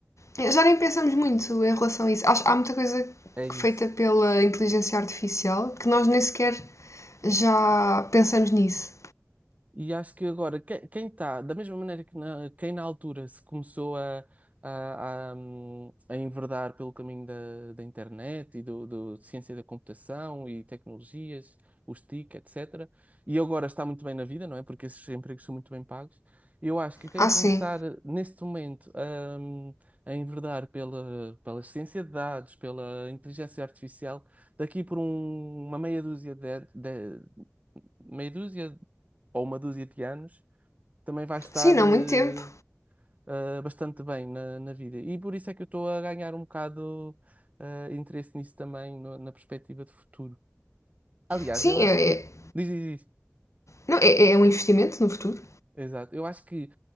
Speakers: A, on the left; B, on the right.
A: Já nem pensamos muito em relação a isso. Acho, há muita coisa
B: É isso.
A: feita pela inteligência artificial que nós nem sequer já pensamos nisso.
B: E acho que agora, que- quem está, da mesma maneira que na, quem na altura se começou a, a, a, hum, a enverdar pelo caminho da, da internet e do, do de ciência da computação e tecnologias, os TIC, etc., e agora está muito bem na vida, não é? Porque esses empregos são muito bem pagos. Eu acho que quem
A: Ah,
B: começar
A: sim.
B: neste momento a, hum, a enverdar pela, pela ciência de dados, pela inteligência artificial, daqui por um- uma meia dúzia de, de- meia dúzia ou uma dúzia de anos, também vai estar
A: Sim, não
B: eh,
A: muito tempo.
B: eh, bastante bem na, na vida. E por isso é que eu estou a ganhar um bocado eh, interesse nisso também, no- na perspectiva de futuro. Aliás,
A: Sim,
B: eu acho
A: é,
B: que.
A: é-
B: Diz, diz, diz.
A: não, é, é um investimento no futuro.
B: Exato. Eu acho que,